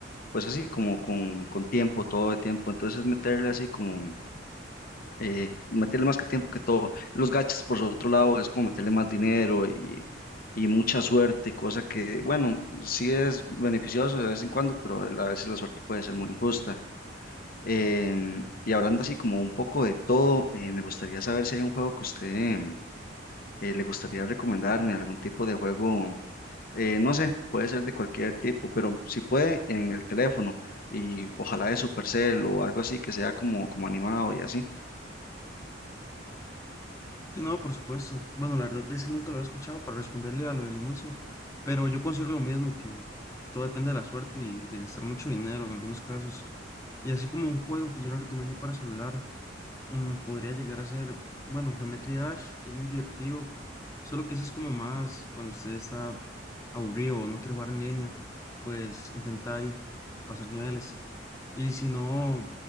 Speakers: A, on the left; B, on the left.
A: pues así, como con, con tiempo, todo el tiempo, entonces es meterle así como eh, meterle más que tiempo que todo. Los gachas, por otro lado, es como meterle más dinero y, y mucha suerte, cosa que, bueno, sí es beneficioso de vez en cuando, pero a veces la suerte puede ser muy injusta. Em, y hablando así como un poco de todo, eh, me gustaría saber si hay un juego que usted em, eh, le gustaría recomendarme, algún tipo de juego, eh, no sé, puede ser de cualquier tipo, pero si puede en el teléfono y ojalá de Supercell o algo así que sea como, como animado y así.
B: Sí, no, por supuesto. Bueno, la verdad es que nunca lo había escuchado para responderle a lo del inicio, pero yo considero lo mismo, que todo depende de la suerte y de gastar mucho dinero en algunos casos. Y así como un juego que yo le recomiendo para celular. Mm, podría llegar a ser, bueno, Geometry Dash es muy divertido, solo que eso es como más cuando usted está aburrido o no quiere jugar en línea, pues intenta ahí pasar niveles. Y si no,